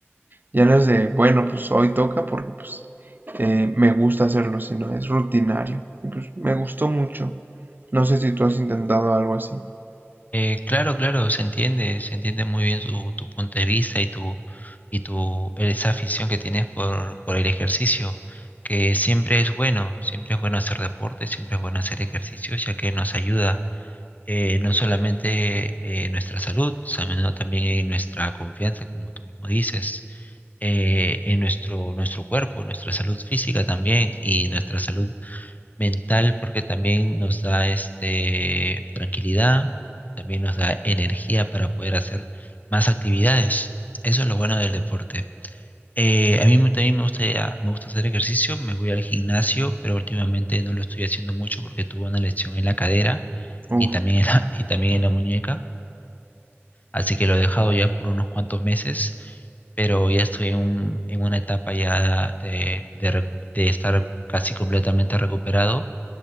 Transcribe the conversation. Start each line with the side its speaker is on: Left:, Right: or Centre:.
Right: ya no es de, bueno, pues hoy toca porque pues eh, me gusta hacerlo, sino es rutinario. Y pues me gustó mucho. No sé si tú has intentado algo así.
Left: Eh, claro, claro, se entiende, se entiende muy bien su- tu punto de vista y tu y tu esa afición que tienes por, por el ejercicio, que siempre es bueno, siempre es bueno hacer deporte, siempre es bueno hacer ejercicio, ya que nos ayuda eh, no solamente eh, nuestra salud, sino también en nuestra confianza, como tú mismo dices, eh, en nuestro nuestro cuerpo, nuestra salud física también y nuestra salud mental porque también nos da este tranquilidad, también nos da energía para poder hacer más actividades. Eso es lo bueno del deporte. Eh, a mí me- también me gusta, me gusta hacer ejercicio, me voy al gimnasio, pero últimamente no lo estoy haciendo mucho porque tuve una lesión en la cadera
Right: Uh,
Left: y también en la, <laughs> y también en la muñeca, así que lo he dejado ya por unos cuantos meses, pero ya estoy en, un- en una etapa ya de, de recu- de estar casi completamente recuperado